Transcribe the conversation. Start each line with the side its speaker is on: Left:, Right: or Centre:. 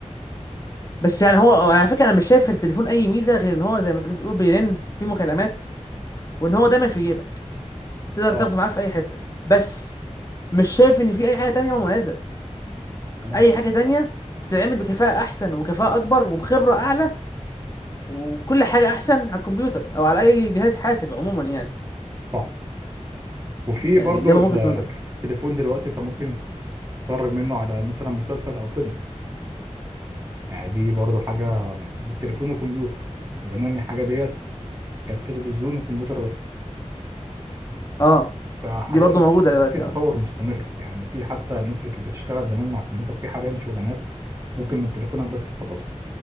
Left: بس يعني هو على فكره انا مش شايف في التليفون اي ميزه غير ان هو زي ما انت بتقول بيرن في مكالمات وان هو دايما في جيبك تقدر
Right: اه
Left: تاخده معاك في اي حته بس مش شايف ان في اي حاجه تانية مميزه
Right: تمام
Left: اي حاجه تانية
Right: اه
Left: تتعمل بكفاءه احسن وكفاءه اكبر وبخبره اعلى وبكل حاجه احسن على الكمبيوتر او على اي جهاز حاسب عموما يعني
Right: صح وفي
Left: يعني
Right: برضو
Left: ده من وجهه نظري
Right: التليفون دلوقتي انت ممكن تتفرج منه على مثلا مسلسل او فيلم يعني دي برضو حاجة دي تليفون وكمبيوتر زمان الحاجة ديت كانت تلفزيون وكمبيوتر بس
Left: اه
Right: فحاليا
Left: دي برضو موجوده دلوقتي
Right: في تطور
Left: اه
Right: مستمر يعني في حتى الناس اللي كانت بتشتغل زمان مع الكمبيوتر في حاليا شغلانات ممكن من تليفونك بس تخلصها